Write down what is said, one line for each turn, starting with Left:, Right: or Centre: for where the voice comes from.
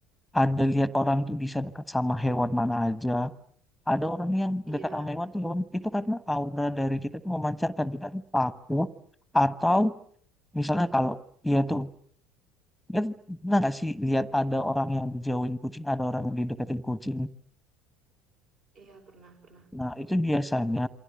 Centre: ada lihat orang tuh bisa dekat sama hewan mana aja ada orang yang
Right: Iya,
Centre: dekat sama hewan tuh hewan itu karena aura dari kita tuh memancarkan kita tuh takut atau misalnya kalau iya tuh ya pernah nggak sih lihat ada orang yang dijauhin kucing ada orang yang dideketin kucing
Right: iya pernah, pernah,
Centre: Nah, itu biasanya
Right: pernah.